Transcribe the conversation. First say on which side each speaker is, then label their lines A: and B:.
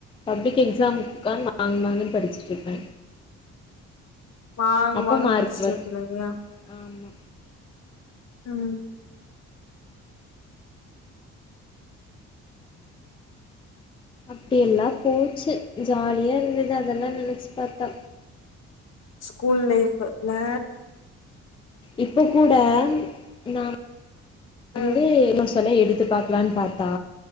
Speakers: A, on the left; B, on the left.
A: பப்ளிக் எக்ஸாம் உக்கான் மாங்க் மாங்குன் படிச்சிட்ருப்ப
B: மாங்கு
A: அப்ப
B: மாங்குனு
A: மார்க்
B: படிச்சிட்டு
A: வரு
B: இருக்கனு இல்லயா
A: ஆமா
B: உம்
A: அப்பி எல்லா போச்சு ஜாலியா இருந்தது அதெல்லா நெனைச்சி பாத்தா
B: ஸ்கூல் லைஃப் இல்ல
A: இப்போ கூட நா
B: ம்
A: வந்து <unintelligible> எடுத்து பாக்கலான் பாத்தா